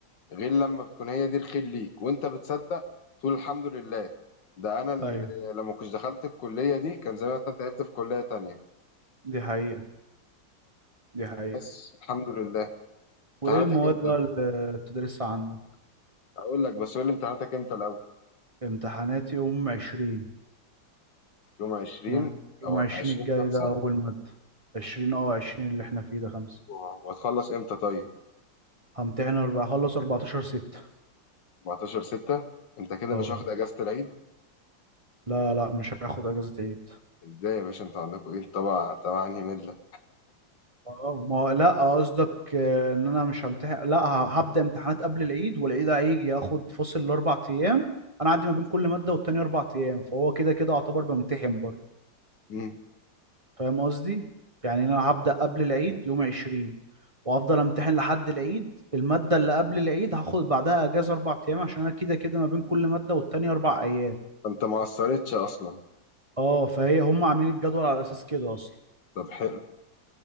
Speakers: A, on the left (about 70°); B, on the right (about 20°).
A: غير لما بتكون هي دي الخير ليك وانت بتصدق تقول الحمد لله ده انا اللي
B: ايوه
A: لما كنت دخلت الكلية دي كان زمان مثلا تعبت في كلية تانية
B: دي حقيقة دي حقيقة
A: بس الحمد لله امتحاناتك
B: وايه المواد
A: امتى؟
B: بقى اللي بتدرسها عندك
A: اقول لك بس قول لي امتحاناتك امتى الاول
B: امتحانات يوم عشرين
A: يوم 20
B: يوم يوم
A: او
B: عشرين
A: 20
B: الجاي
A: 5
B: ده اول مادة عشرين اه عشرين اللي احنا فيه ده خمسة
A: وهتخلص امتى طيب
B: همتحن اربعة اخلص اربعتاشر ستة
A: 14 6 انت كده
B: اه
A: مش واخد اجازة العيد
B: لا لا مش هاخد اجازة عيد
A: ازاي يا باشا انت عندكم ايه طبعا طبعا انهي ملة
B: اه ما لا قصدك آه، ان انا مش همتحن لا ه- هبدأ امتحانات قبل العيد والعيد هيجي اخد فصل الاربع ايام انا عندي ما بين كل مادة والتانية اربع ايام فهو كده كده اعتبر بمتحن برضه
A: امم
B: فاهم قصدي يعني انا هبدأ قبل العيد يوم عشرين وافضل امتحن لحد العيد الماده اللي قبل العيد هاخد بعدها اجازه اربع ايام عشان انا كده كده ما بين كل ماده والتانيه اربع ايام
A: انت ما قصرتش اصلا
B: اه فهي هم عاملين الجدول على اساس كده اصلا
A: طب حلو